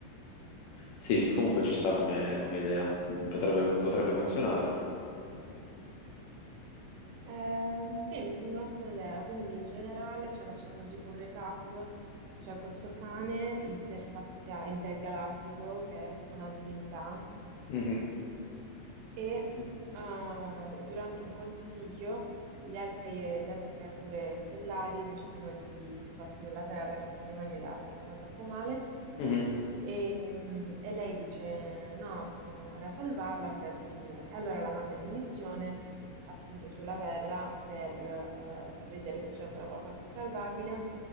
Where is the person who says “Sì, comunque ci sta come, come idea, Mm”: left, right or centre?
Left